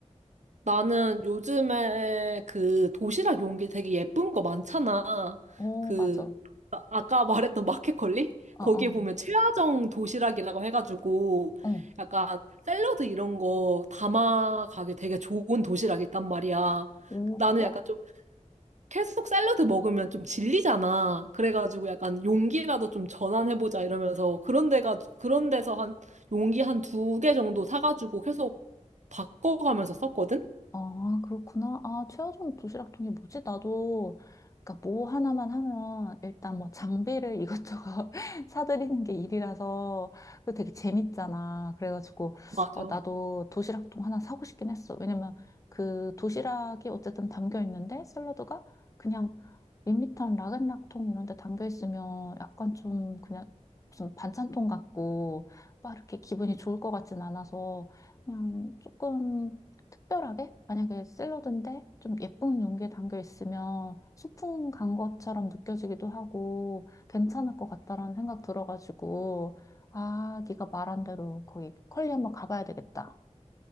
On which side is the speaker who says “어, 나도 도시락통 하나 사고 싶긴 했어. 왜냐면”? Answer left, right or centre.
Left